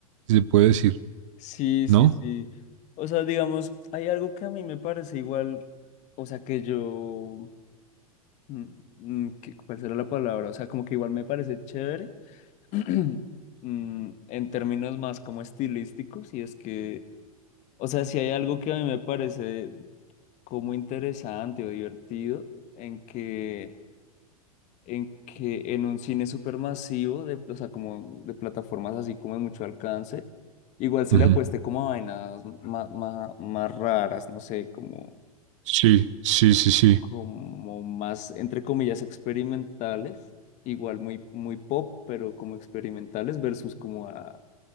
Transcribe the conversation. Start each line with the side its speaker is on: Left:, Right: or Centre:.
Right: si se puede decir,
Left: Sí, sí,
Right: ¿no?
Left: sí. O sea, digamos, hay algo que a mí me parece igual, o sea, que yo, mm, mm, que- ¿cuál será la palabra? O sea, como que igual me parece chévere, <clears throat> mm, en términos más como estilísticos, y es que, o sea, si hay algo que a mí me parece como interesante o divertido, en que en que en un cine supermasivo, de, o sea, como de plataformas así como de mucho alcance, igual se
Right: Ujú.
Left: le apueste como a vainas ma- ma- más raras, no sé, como,
Right: Sí, sí, sí, sí,
Left: como más, entre comillas, experimentales, igual muy, muy pop, pero como experimentales versus como a